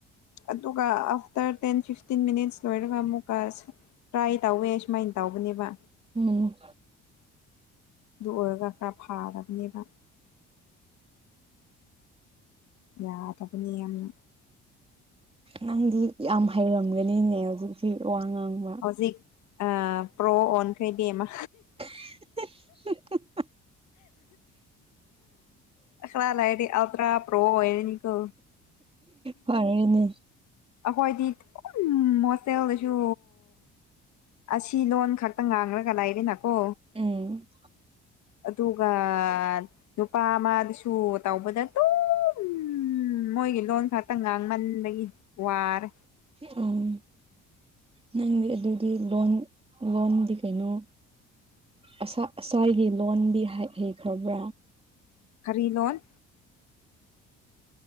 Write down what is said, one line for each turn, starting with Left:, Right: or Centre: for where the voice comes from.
Left: ꯑꯗꯨꯒ ꯑꯐꯇꯔ ꯇꯦꯟ ꯐꯤꯐꯇꯤꯟ ꯃꯤꯠꯁ ꯂꯔꯒ ꯑꯃꯨꯛ ꯄꯥꯏꯁꯦ ꯇ꯭ꯔꯥꯏ ꯇꯧꯋꯦ ꯁꯨꯃꯥꯏꯅ ꯇꯧꯕꯅꯦꯕ
Right: ꯎꯝ
Left: ꯑꯗꯨ ꯑꯣꯏꯔꯒ ꯈꯔ ꯐꯥꯔꯕꯅꯦꯕ ꯌꯥꯗꯕꯅꯤ ꯌꯥꯝꯅ
Right: ꯅꯪꯗꯤ ꯌꯥꯝ ꯍꯩꯔꯝꯒꯅꯤꯅꯦ ꯍꯧꯖꯤꯛꯁꯤ ꯋꯥ ꯉꯥꯡꯕ
Left: ꯍꯧꯖꯤꯛ ꯄ꯭ꯔꯣ ꯑꯣꯟꯈꯔꯦꯏꯕꯦꯝꯃꯥ
Right: <unintelligible>
Left: ꯈꯔꯥ ꯂꯥꯏꯗꯤ ꯑꯜꯇ꯭ꯔꯥ ꯄ꯭ꯔꯣ ꯑꯣꯏꯔꯅꯤ ꯑ
Right: ꯐꯔꯦꯅꯦ
Left: ꯑꯩꯈꯣꯏꯗꯨꯝ ꯍꯣꯁꯇꯦꯜꯗꯁꯨ ꯑꯁꯤ ꯂꯣꯟ ꯈꯛꯇ ꯉꯥꯡꯂꯒ ꯂꯩꯥꯏꯔꯤꯅꯀꯣ
Right: ꯎꯝ
Left: ꯑꯗꯨꯒ ꯅꯨꯄꯥ ꯑꯃꯗꯨꯁꯨ ꯇꯧꯕꯗ ꯑꯗꯨꯝ ꯎꯝ ꯃꯣꯏꯒꯤ ꯂꯣꯟ ꯈꯛꯇ ꯉꯥꯡꯃꯟꯕꯒꯤ ꯋꯥꯔꯦ
Right: ꯑ ꯅꯪꯗꯤ ꯑꯗꯨꯗꯤ ꯂꯣꯟ ꯂꯣꯟꯗꯤ ꯀꯩꯅꯣ ꯑꯁꯥ ꯑꯁꯥꯏꯒꯤ ꯂꯣꯟꯗꯤ ꯍꯩꯈ꯭ꯔꯕ꯭ꯔꯥ
Left: ꯀꯔꯤ ꯂꯣꯟ